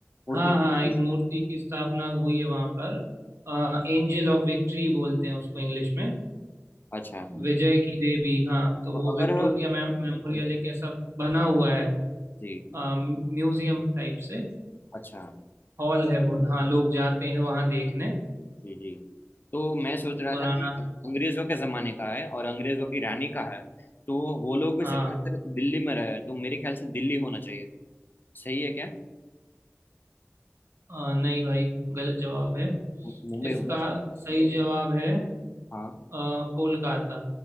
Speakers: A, on the left (about 45°); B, on the right (about 65°).
A: मूर्ति
B: हाँ
A: की।
B: हाँ एक
A: जी
B: मूर्ति की स्थापना हुई है वहां पर एंजल ऑफ विक्ट्री बोलते हैं उसको इंग्लिश में
A: अच्छा
B: विजय की देवी हाँ तो
A: तो
B: वो
A: अगर
B: विक्टोरिया मेम, मेमोरियल
A: जी
B: एक ऐसा बना हुआ है
A: जी
B: आ, म्यूजियम टाइप से
A: अच्छा
B: हॉल है वो हाँ लोग जाते हैं वहाँ देखने
A: जी जी तो मैं सोच रहा
B: पुराना
A: था कि अंग्रेजों के जमाने का है और अंग्रेजों की रानी का है तो वो लोग
B: हाँ
A: ज्यादातर दिल्ली में रहे तो मेरे ख्याल से दिल्ली होना चाहिए सही है क्या
B: आ, नहीं भाई गलत जवाब है
A: मु- मुंबई
B: इसका
A: होगा
B: सही जवाब है
A: हाँ
B: आ, कोलकाता